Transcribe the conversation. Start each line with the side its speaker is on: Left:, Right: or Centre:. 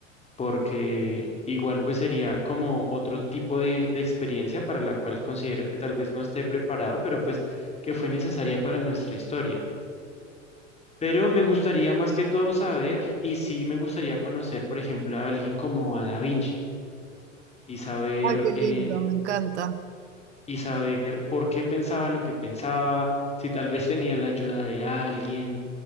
Left: porque igual pues sería como otro tipo de, de experiencia para la cual considero que tal vez no esté preparado, pero pues que fue necesaria para nuestra historia. Pero me gustaría más que todo saber, y sí me gustaría conocer, por ejemplo, a alguien como a Da Vinci y saber,
Right: Ay, qué lindo,
Left: eh,
Right: me encanta.
Left: y saber por qué pensaba lo que pensaba, si tal vez tenía la ayuda de alguien.